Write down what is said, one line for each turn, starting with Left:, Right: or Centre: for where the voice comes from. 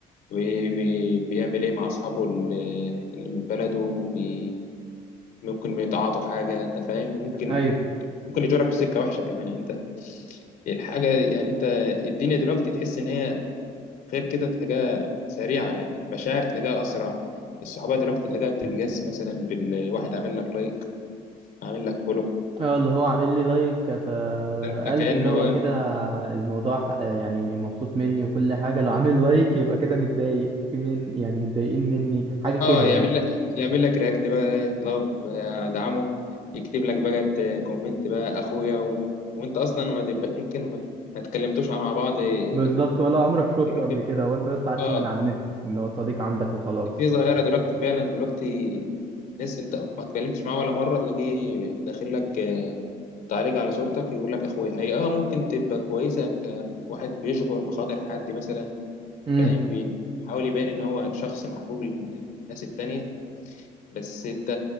Left: بي- بي- بيعمل ايه مع اصحابه اللي اللي من بلده بي ممكن بيتعاطوا حاجه انت فاهم ممكن
Right: ايوه
Left: ممكن يجرك في سكه وحشه كمان يعني انت الحاجه يعني انت الدنيا دلوقتي تحس ان هي غير كده تلاقيها سريعة يعني المشاعر تلاقيها أسرع الصحوبية دلوقتي تلاقيها بتتجس مثلا بالواحد عامل لك لايك عامل لك فولو
Right: اه اللي هو عامل لي لايك فقلبي
Left: ده انت كأنه
Right: اللي هو
Left: بقى
Right: كده الموضوع آه، يعني مبسوط مني وكل حاجة لو عامل لايك يبقى كده متضايق في من يعني متضايقين مني حاجة كده
Left: اه يعمل
Right: يعني
Left: لك يعمل لك رياكت بقى ايه لاف ادعمه يكتب لك بقى ت- كومنت بقى اخويا و... وانت اصلا ما تب- ممكن ما, ما تكلمتوش مع بعض إيه،
Right: بالظبط ولا عمرك شفته
Left: كلمتين.
Right: قبل كده هو انت بس عارفه
Left: اه
Right: من على النت ان هو صديق عندك وخلاص
Left: في ظاهرة دلوقتي فعلا دلوقتي ناس انت ما اتكلمتش معاه ولا مرة تلاقيه داخل لك تعالج على صورتك يقول لك اخويا هي اه ممكن تبقى كويسه كواحد بيجبر بخاطر حد مثلا
Right: امم
Left: فاهم بيحاول يبين ان هو شخص محبوب لل- للناس التانية بس انت